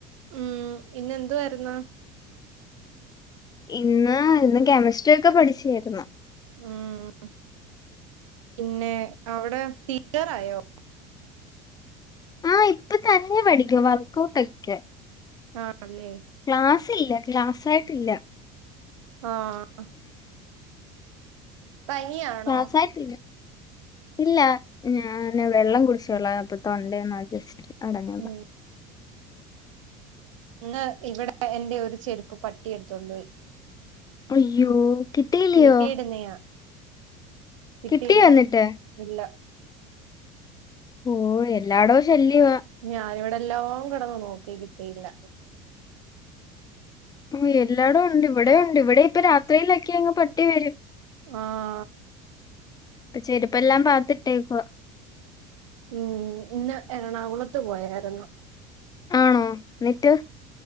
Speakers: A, on the right (about 75°); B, on the left (about 25°).
A: ഉം ഇന്ന എന്തു വാര്ന്നു
B: ഇന്ന് ഇന്ന് കെമിസ്ട്രിയ ഒക്കെ പഠിച്ചായിരുന്നു
A: ഉം പിന്നെ അവിടെ ടീച്ചറായോ
B: ആ ഇപ്പ തന്നെ പഠിക്ക വർക്ക് ഔട്ടൊക്കെ
A: ആഹ് അല്ലേ
B: ക്ലാസ് ഇല്ല ക്ലാസായിട്ടില്ല
A: ആഹ് പനിയാണോ
B: ക്ലാസായിട്ടില്ല ഇല്ല ഞാൻ വെള്ളം കുടിച്ചോളാം അപ്പൊ തൊണ്ടേന്നാ ജസ്റ്റ് അടഞ്ഞതാ
A: ഉം ഇന്ന് ഇവടെ എന്റെ ഒരു ചെരുപ്പ് പട്ടി എടുത്തോണ്ട് പോയി
B: അയ്യോ കിട്ടിയില്ലയോ
A: വീട്ടിയിടുന്നയാ കിട്ടിയില്ല
B: കിട്ടിയോ എന്നിട്ട്
A: ഇല്ല
B: ഓഹ് എല്ലായിടവും ശല്യവാ
A: ഞാനിവിടെ എല്ലാം കിടന്ന് നോക്കി കിട്ടിയില്ല
B: ഓഹ് എല്ലാടവും ഉണ്ട് ഇവിടെ ഉണ്ട് ഇവിടെ ഇപ്പൊ രാത്രിയിലൊക്കെ അങ്ങ് പട്ടി വരും
A: ആഹ്
B: ഇപ്പൊ ചെരുപ്പെല്ലാം അകത്തിട്ടിരിക്കുവാ
A: ഉം ഇന്ന് എറണാകുളത്ത് പോയായിരുന്നു
B: ആണോ എന്നിട്ട്